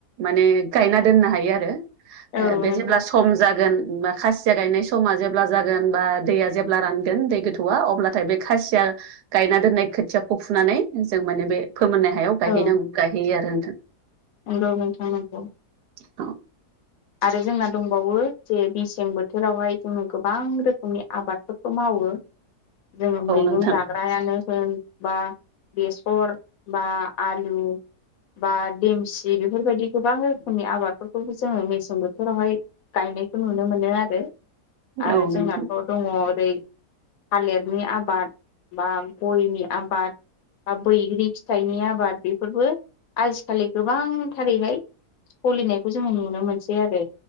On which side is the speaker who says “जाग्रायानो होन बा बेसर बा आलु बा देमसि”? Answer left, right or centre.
Left